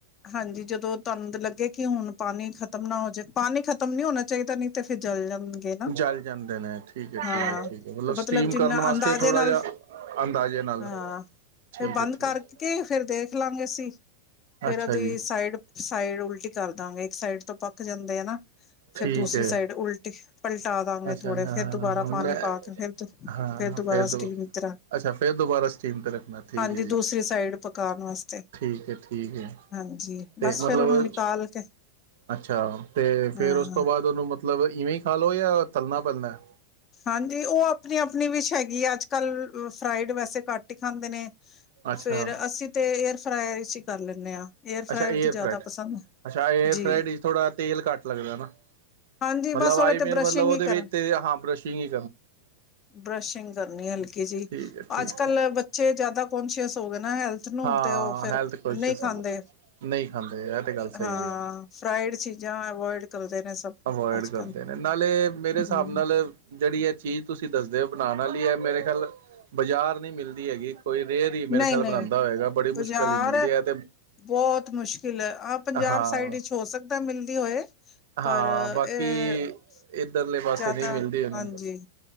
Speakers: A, on the left; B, on the right.
A: ਹਾਂਜੀ ਜਦੋਂ ਤੁਹਾਨੂੰ ਲੱਗੇ ਕਿ ਹੁਣ ਪਾਣੀ ਖ਼ਤਮ ਨਾ ਹੋ ਜੇ। ਪਾਣੀ ਖਤਮ ਨੀ ਹੋਣਾ ਚਾਹੀਦਾ ਨਹੀਂ ਤੇ ਫਿਰ ਜਲ ਜਾਂਦਾ। ਨਾ
B: ਜਲ ਜਾਂਦੇ ਨੇ ਠੀਕ ਹੈ
A: ਹਾਂ
B: ਠੀਕ ਹੈ ਠੀਕ ਹੈ
A: ਤੇ ਮਤਲਬ
B: ਸਟੀਮ ਕਰਨ
A: ਜਿਨਾ
B: ਵਾਸਤੇ
A: ਅੰਦਾਜ਼ੇ
B: ਥੋੜ੍ਹਾ
A: ਨਾਲ
B: ਜਿਹਾ ਅੰਦਾਜ਼ੇ ਨਾਲ
A: ਹਾਂ ਫੇਰ
B: ਠੀਕ
A: ਬੰਦ
B: ਹੈ ਠੀਕ
A: ਕਰਕੇ ਫੇਰ ਦੇਖ ਲਾਂਗੇ ਅਸੀ ਫੇਰ
B: ਅੱਛਾ
A: ਉਹਦੀ
B: ਜੀ
A: ਸਾਈਡ ਸਾਈਡ ਉਲਟੀ ਕਰ ਦਾਂ ਇੱਕ ਸਾਈਡ ਤੋਂ ਪੱਕ ਜਾਂਦੇ ਆ ਨਾ ਫੇਰ
B: ਠੀਕ
A: ਦੂਸਰੀ
B: ਹੈ
A: ਸਾਈਡ ਉਲਟੀ ਪਲਟੀ ਪਟਾ ਦਾਂਗੇ
B: ਅੱਛਾ
A: ਥੋੜੇ
B: ਹਾਂ
A: ਫੇਰ ਦੁਬਾਰਾ
B: ਮੈਂ
A: ਪਾਣੀ ਪਾ ਕੇ ਫਿਰ
B: ਹਾਂ
A: ਫਰ ਦੁਬਾਰਾ
B: ਫੇਰ ਦੋ
A: ਸਟੀਮ ਤਰ੍ਹਾਂ
B: ਅੱਛਾ ਫੇਰ ਦੁਬਾਰਾ ਸਟੀਮ ਤੇ ਰੱਖਣਾ ਠੀਕ
A: ਹਾਂਜੀ
B: ਹੈ ਜੀ
A: ਦੂਸਰੀ ਸਾਈਡ ਪਕਾ ਵਾਸਤੇ
B: ਠੀਕ ਹੈ ਠੀਕ ਹੈ
A: ਹਾਂਜੀ
B: ਤੇ
A: ਬਸ
B: ਮਤਲਬ
A: ਫਿਰ ਉਹਨੂੰ ਨਿਕਾਲ ਕੇ
B: ਅੱਛਾ ਤੇ ਫੇਰ
A: ਹਾਂ
B: ਉਸ ਤੋਂ ਬਾਅਦ ਉਹਨੂੰ ਮਤਲਬ ਮਤਲਬ ਇਵੇਂ ਖਾਲੋ ਜਾਂ ਤਲਣਾ ਪੈਂਦਾ।
A: ਹਾਂਜੀ ਉਹ ਆਪਣੀ ਆਪਣੀ ਵਿਸ਼ ਹੈਗੀ ਆ ਅੱਜ ਕੱਲ੍ਹ ਫਰਾਈਡ ਵੈਸੇ ਘੱਟ ਹੀ ਖਾਂਦੇ ਨੇ।
B: ਅੱਛਾ
A: ਫੇਰ ਅੱਸੀਂ ਤੇ ਏਅਰ ਫਰਾਈਅਰ ਚ ਹੀ। ਕਰ ਲੈਂਣੇ ਹਾਂ। ਫਰਾਇਰ
B: ਅੱਛਾ ਏਅਰ
A: ਤੇ ਜ਼ਿਆਦਾ
B: ਫਰਾਈ
A: ਪਸੰਦ
B: ਅੱਛਾ ਏਅਰ
A: ਜੀ
B: ਫਰਾਈ ਥੋੜਾ ਤੇਲ ਕੱਟ ਲੱਗਦਾ ਨਾ
A: ਹਾਂਜੀ
B: ਮਤਲਬ
A: ਬਸ ਉਹਦੇ
B: ਆਈ
A: ਤੇ
B: ਮੇਨ
A: ਬਰਸ਼ਿੰਗ
B: ਮਤਲਬ ਉਹਦੇ
A: ਹੀ ਕਰ
B: ਚ ਤੇਲ ਬਸ਼ਿੰਗ
A: ਬਰਸ਼ਿੰਗ ਕਰਨੀ ਹਲਕੀ ਜੀ
B: ਠੀਕ ਹੈ ਠੀਕ
A: ਅੱਜ ਕੱਲ
B: ਹੈ
A: ਬੱਚੇ ਜਿਆਦਾ ਕੋਂਸ਼ੀਅਸ ਹੋ ਗਏ ਨਾ ਹੈਲਥ ਨੂੰ
B: ਹਾਂ
A: ਤੇ ਉਹ ਫੇਰ
B: ਹੈਲਥ ਕੋਂਸ਼ੀਅਸ
A: ਨਹੀਂ ਖਾਂਦੇ।
B: ਹੋ ਨਹੀਂ ਖਾਂਦੇ ਇਹ ਤੇ ਗੱਲ ਸਹੀ
A: ਹਾਂ
B: ਹੈ
A: ਫਰਾਡ ਚੀਜ਼ਾਂ ਅਵਇਡ ਕਰਦੇ ਨੇ ਸਭ
B: ਅਵੋਇਡ
A: ਅੱਜ
B: ਕਰਦੇ
A: ਕੱਲ
B: ਨੇ ਨਾਲੇ ਮੇਰੇ
A: ਹਮ
B: ਹਿਸਾਬ ਨਾਲ ਜਿਹੜੀ ਇਹ ਚੀਜ਼ ਤੁਸੀਂ ਦੱਸਦੇ ਹੋ ਬਣਾਣ ਵਾਲੀ ਹੈ ਮੇਰੇ ਖਿਆਲ ਬਾਜ਼ਾਰ ਨਹੀਂ ਮਿਲਦੀ ਹੈਗੀ। ਕੋਈ ਰੇਅਰ ਦੀ ਮੇਰੇ
A: ਨਹੀਂ
B: ਖਿਆਲ
A: ਨਹੀਂ
B: ਬਣਾਦਾ ਹੋਏਗਾ ਬੜੀ
A: ਬਾਜ਼ਾਰ
B: ਮੁਸ਼ਕਲ ਹੀ ਮਿਲਦੀ ਹੈ ਤੇ
A: ਬਹੁਤ ਮੁਸ਼ਕਿਲ ਹੈ ਆਹ ਪੰਜਾਬ
B: ਹਾਂ
A: ਸਾਈਡ ਵਿੱਚ ਹੋ ਸਕਦਾ। ਮਿਲਦੀ ਹੋਏ।
B: ਹਾਂ
A: ਪਰ
B: ਬਾਕੀ
A: ਇਹ
B: ਇੱਧਰਲੇ ਪਾਸੇ
A: ਜ਼ਿਆਦਾ
B: ਨਹੀਂ ਮਿਲਦੀ ਉਹਨੂੰ
A: ਹਾਂਜੀ